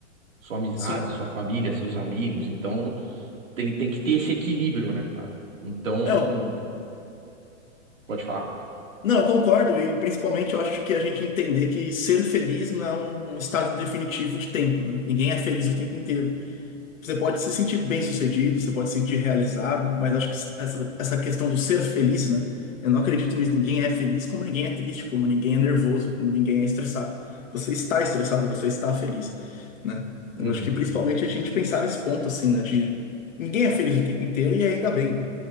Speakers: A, on the right; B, on the left.
A: Sua amizade,
B: Sim.
A: sua família, seus amigos. Então, tem, tem que ter esse equilíbrio, né, cara? Então,
B: É, eu,
A: pode falar.
B: não, eu concordo, e principalmente eu acho que a gente entender que ser feliz não é um um estado definitivo de tempo, né? Ninguém é feliz o tempo inteiro. Você pode se sentir bem-sucedido, você pode se sentir realizado, mas acho que essa, essa questão do ser feliz, né? Eu não acredito nisso. Ninguém é feliz como ninguém é triste, como ninguém é nervoso, como ninguém é estressado. Você está estressado, você está feliz, né?
A: Uhum.
B: Eu acho que principalmente a gente pensar nesse ponto, assim, né? De ninguém é feliz o tempo inteiro e ainda bem, né?